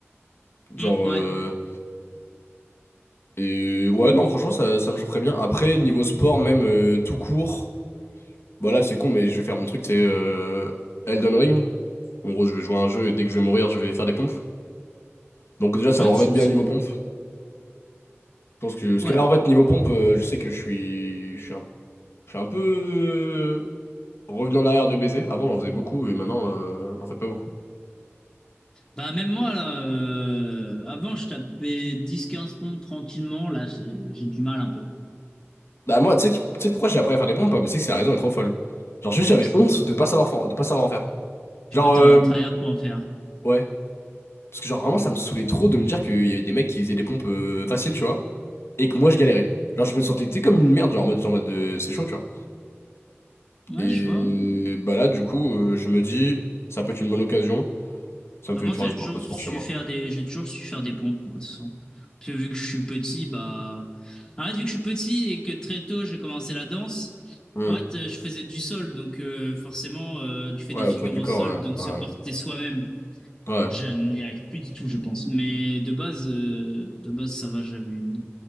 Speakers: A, on the left; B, on the left.
A: Genre,
B: Hmm,
A: euh,
B: ouais.
A: et ouais, non, franchement, ça, ça me chaufferait bien. Après, niveau sport, même euh, tout court, bah là, c'est con, mais je vais faire mon truc, c'est euh, Elden Ring. En gros, je vais jouer à un jeu et dès que je vais mourir, je vais faire des pompes. Donc déjà, ça
B: Ouais,
A: va
B: de toute
A: me remettre
B: façon,
A: bien
B: c'est-
A: niveau pompe. Je pense que, parce
B: ouais.
A: que là, en fait, niveau pompe, euh, je sais que je suis, je suis un, je suis un peu euh, revenu en arrière de baiser. Avant, j'en faisais beaucoup et maintenant, euh, j'en fais pas beaucoup.
B: Bah, même moi, là, euh, avant, je tapais dix quinze pompes tranquillement. Là, c'est- j'ai du mal un peu, là.
A: Bah moi, tu sais qui- tu sais pourquoi j'ai appris à faire des pompes? Pas, mais c'est que c'est la raison est trop folle. Genre juste j'avais
B: C'est
A: honte
B: pourquoi.
A: de pas savoir faire- de pas savoir en faire.
B: Du
A: Genre
B: coup, t'as
A: euh,
B: tryhard pour en faire.
A: ouais, parce que genre vraiment ça me saoulait trop de me dire qu'il y avait des mecs qui faisaient des pompes euh, faciles, tu vois, et que moi je galérais. Genre je me sentais tu sais, comme une merde, genre en mode en mode de c'est chaud, tu vois.
B: Ouais,
A: Et
B: je vois. ouais.
A: bah là du coup euh, je me dis ça peut être une bonne occasion, ça me
B: Bah,
A: fait
B: moi,
A: faire
B: ça,
A: du
B: j'ai toujours
A: un peu de
B: su
A: sport chez moi.
B: faire des, j'ai toujours su faire des pompes, moi, de toute façon. Parce que vu que je suis petit, bah, en fait, vu que je suis petit et que très tôt, j'ai commencé la danse,
A: Hmm.
B: en fait, euh, je faisais du sol, donc, euh, forcément, euh, tu fais
A: Ouais,
B: des figures
A: au poids du
B: au
A: corps,
B: sol, donc
A: ouais,
B: se
A: ouais,
B: porter soi-même,
A: ouais.
B: je n'y arrive plus du tout, je pense. Mais de base, euh, de base, ça va, j'avais une